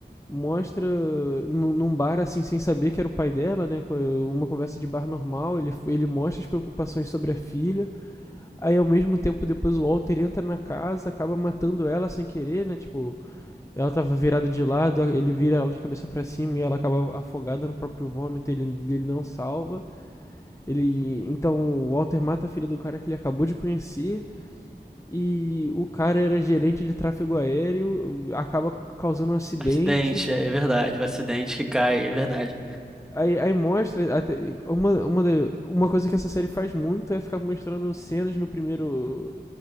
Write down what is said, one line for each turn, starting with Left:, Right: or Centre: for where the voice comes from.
Left: mostra num bar assim sem saber que era o pai dela, né? Uma conversa de bar normal, ele, ele mostra as preocupações sobre a filha. Aí ao mesmo tempo depois o Walter entra na casa, acaba matando ela sem querer, né? Tipo, ela tava virada de lado, ele vira ela de cabeça para cima e ela acaba afogada no próprio vômito, ele, ele não salva. Ele então o Walter mata a filha do cara que ele acabou de conhecer e o cara era gerente de tráfego aéreo, acaba causando um acidente,
Centre: Acidente, é verdade. O acidente que cai, é verdade.
Left: Aí, aí mostra. até- uma, uma, uma coisa que essa série faz muito é ficar mostrando cenas no primeiro.